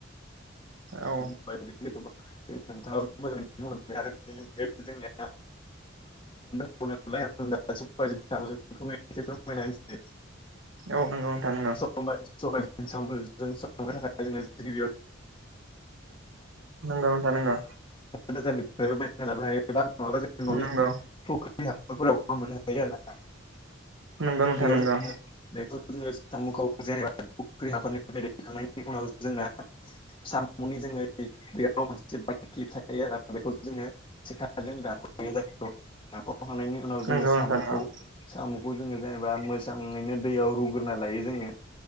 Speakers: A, on the right; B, on the left.
A: औ।
B: <unintelligible> नों थाङाबो मोजाङै बुंनो आरो बेनि जोंनिया। <unintelligible> नोंदा सबाय जों दावजों संनाय इसे फोरमायना होनोसै।
A: औ नोंगौ नोथां नोंगौ।
B: <unintelligible> सामखौ जोङो जेनेबा हाथाय
A: नंगौ नोंथां नंगौ
B: बाजारनिफ्राय बायना लाबनो हायो बा नङाबा जों न'नि।
A: नंगौ
B: फुख्रि हाखर फोरावबो मोननो हायो आरो ना।
A: नोंगौ नोंथां
B: बेयाव
A: नोंगौ।
B: जोङो बेखौ जोङो सामुखौ जेनेबा फुख्रि हाखर निफ्राय दैखांनायनि उनाव जोंना सामुंनि जोङै बेयाव मोनसे बाइकि थायो आरो ना। बेखौ जोङो सेखाजों दानखयो गाख'खांनायनि उनाव जोङो
A: नंगौ
B: साम'खौ।
A: नोंथां नंगौ
B: साम'खौ जोङो जेनेबा मोजाङैनो दैयाव रुग्रोना लायो जोङो